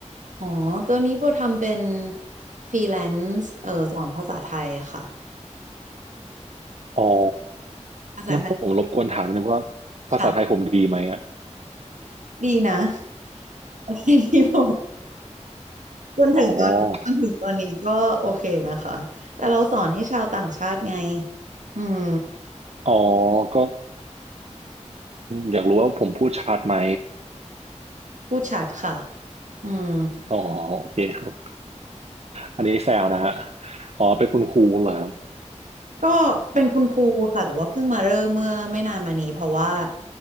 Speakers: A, on the right; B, on the right.
A: อ๋อตอนนี้โบทำเป็นฟรีแลนซ์เออสอนภาษาไทยค่ะ
B: อ๋อ
A: ภาษาไทย
B: งั้นผมรบกวนถามนิดนึงว่าภาษาไทยผมดีไหมอะ
A: ค่ะ ดีนะ <laughs> ดีโบ จนถึงตอนจนถึงตอนนี้ก็โอเคนะคะแต่เราสอนให้ชาวต่างชาติไง
B: อ๋อ
A: อืม
B: อ๋อก็อยากรู้ว่าผมพูดชัดไหม
A: พูดชัดค่ะอืม
B: อ๋อโอเคครับอันนี้แซวนะครับอ๋อเป็นคุณครูเหรอครับ
A: ก็เป็นคุณครูค่ะแต่ว่าเพิ่งมาเริ่มเมื่อไม่นานมานี้เพราะว่า